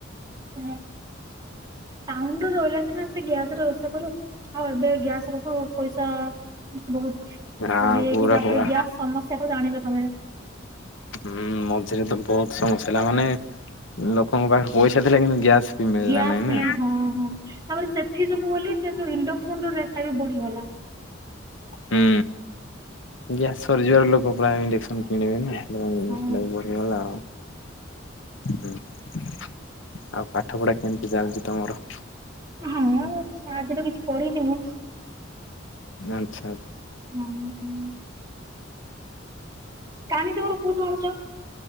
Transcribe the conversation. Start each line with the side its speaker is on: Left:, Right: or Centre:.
Right: <unintelligible> ଟାଉଁଣ୍ଡର <unintelligible> ଗ୍ୟାସରେ ରୋଷେଇ କରିବ। ଆଉ ଏବେ ଗ୍ୟାସରତ ପଇସା ଉଁ ବୋହୁତ୍
Left: ଆ
Right: ବଢ଼ି ଯାଇଛି
Left: ପୁରା
Right: ତାପରେ
Left: ପୁରା
Right: ଗ୍ୟାସ ସମସ୍ ସେ ଟ ଜାଣିଚ ତମେ।
Left: ହୁଁ ମଝିରେ ତ ବହୁତ୍ ସମସ୍ୟା ହେଲା ମାନେ ଉଁ ଲୋକଙ୍କ ପାଖରେ ପଇସା ଥିଲା କିନ୍ତୁ ଗ୍ୟାସ୍ ବି ମିଳିଲା
Right: ଗ୍ୟାସ
Left: ନାହିଁ
Right: କିଣିବାକୁ
Left: ନା।
Right: ହଁ ହଁ ତାପରେ ସେଠି ଯୋଗୁ ବୋଲି ସେ ଯୋଉ ଇଣ୍ଡକ୍ସନ୍ ର ରେଟ୍ ଟା ବିଢ଼ିଗଲା।
Left: ହୁଁ ଗ୍ୟାସ୍ ସରିଯିବାର ଲୋକ ପ୍ରାୟ ଇଣ୍ଡେକ୍ସନ୍ କିଣିବେ ନାଁ। <unintelligible> ଜିଏସଟି
Right: ହଁ
Left: ଲାଗି ବଢ଼ି ଗଲା ହୁଁ ଆଉ ପାଠ ପଢ଼ା କେମିତି ଚାଲିଛି ତମର?
Right: ହୁଁ ଆଜି ତ କିଛି ପଢ଼ିନି ମୁଁ।
Left: ଜାଣଚ୍ଛା
Right: ହଁ ହୁଁ ହୁଁ ଟାଣି ଟିବର କୋଉଠୁ ଆଣୁଚ?